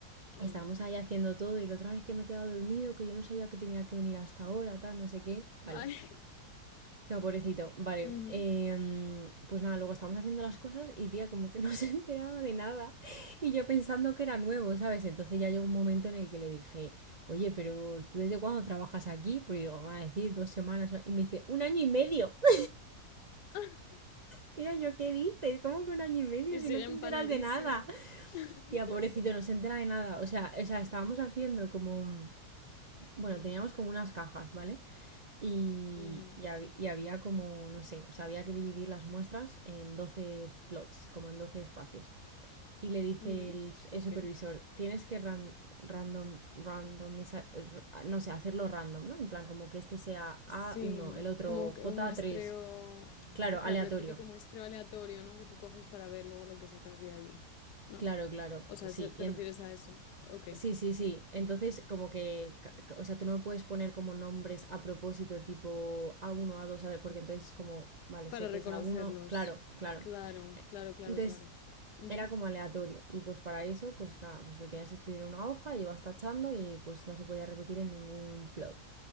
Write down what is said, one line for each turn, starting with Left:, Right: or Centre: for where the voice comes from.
Left: mm.
Right: estábamos ahí haciendo todo y la otra vez que me he quedado dormido, que yo no sabía que tenía que venir hasta ahora, tal, no sé qué. Vale.
Left: Ay,
Right: No, pobrecito. Vale.
Left: <laughs> ujú.
Right: em, pues nada, luego estábamos haciendo las cosas y tía como que no <laughs> se enteraba de nada y yo pensando que era nuevo, ¿sabes? Entonces ya llegó un momento en el que le dije, oye, pero ¿tú desde cuándo trabajas aquí? Porque digo, van a decir dos semanas. Y me dice, un año y medio. <laughs>
Left: <laughs>
Right: Tía, ¿yo qué dices? ¿Cómo que un año y medio
Left: Y
Right: si
Left: sigue
Right: no te
Left: empanadísimo.
Right: enteras de nada?
Left: <laughs>
Right: Tía, pobrecito, no se entera de nada. O sea, o sea, estábamos haciendo como... un- Bueno,
Left: Mm,
Right: teníamos como unas cajas, ¿vale? Y,
Left: mm,
Right: y hab- y había como, no sé, o sea, había que dividir las muestras en 12 plots, como en 12 espacios. Y le dice
Left: ujú,
Right: el, s-
Left: Ok.
Right: el supervisor, tienes que ran- random, randomiza- r- a- no sé, hacerlo random, ¿no? En plan, como que este sea
Left: Sí,
Right: a uno el otro
Left: como
Right: j
Left: que un muestreo.
Right: tres Claro,
Left: Espera,
Right: aleatorio.
Left: pero el típico muestreo aleatorio, ¿no? Que tú coges para ver luego lo que sacas de ahí, ¿no?
Right: Claro, claro,
Left: O sea,
Right: sí.
Left: ¿se- ¿te
Right: Y en-
Left: refieres a eso? Ok.
Right: Sí, sí, sí. Entonces, como que, ca- ca- o sea, tú no puedes poner como nombres a propósito, tipo a uno a dos a ver, porque entonces es como, vale,
Left: Para
Right: sé que
Left: reconocerlos.
Right: es a uno claro, claro.
Left: Claro,
Right: Eh,
Left: claro, claro,
Right: Entonces,
Left: claro. Ujú.
Right: era como aleatorio. Y pues para eso, pues nada, pues lo tenías que escribir en una hoja y ibas tachando y pues no se podía repetir en ningún plot.